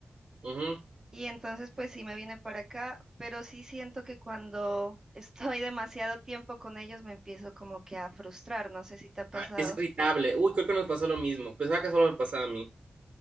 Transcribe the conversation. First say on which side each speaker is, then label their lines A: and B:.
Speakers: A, on the right; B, on the right.
A: Ujú.
B: y entonces pues sí me vine para acá, pero sí siento que cuando <laughs> estoy demasiado tiempo con ellos me empiezo como que a frustrar, no sé si te ha pasado.
A: Ah, es irritable. Uy, creo que nos pasó lo mismo. Pensaba que solo me pasaba a mí.